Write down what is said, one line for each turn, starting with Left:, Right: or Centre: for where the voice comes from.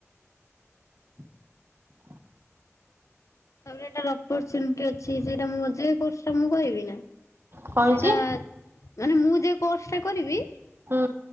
Right: <unintelligible>
Left: ତାପରେ ଏଟାର ଅପରଚୁନିଟି ଅଛି ସେଟା ମୁ <unintelligible> ଟା ମୁଁ କହିବି
Right: କଣ ହେଇଛି
Left: ସେଇଟା ମାନେ ମୁଁ ଯେ କୋର୍ସଟା କରିବି
Right: ହୁଁ